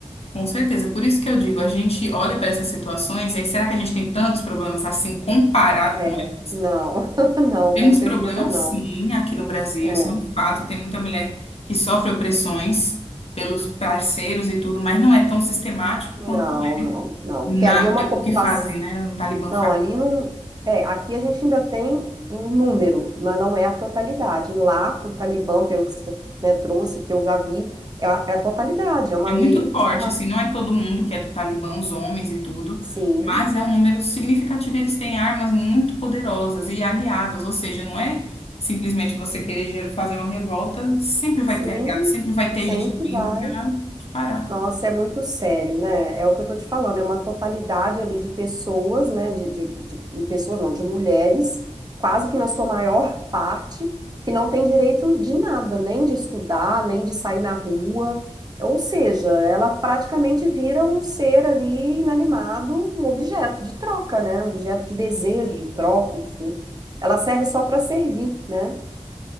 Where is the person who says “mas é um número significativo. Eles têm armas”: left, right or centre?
Left